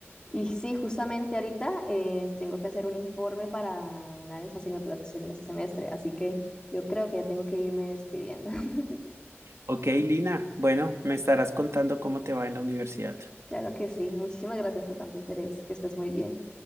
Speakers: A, on the left (about 20°); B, on the right (about 85°).
A: Y sí, justamente ahorita eh, tengo que hacer un informe para una de las asignaturas que estoy viendo este semestre, así que yo creo que ya tengo que irme despidiendo. <laughs>
B: Ok, Lina, bueno, me estarás contando cómo te va en la universidad.
A: Claro que sí, muchísimas gracias por tanto interés, que estés muy bien.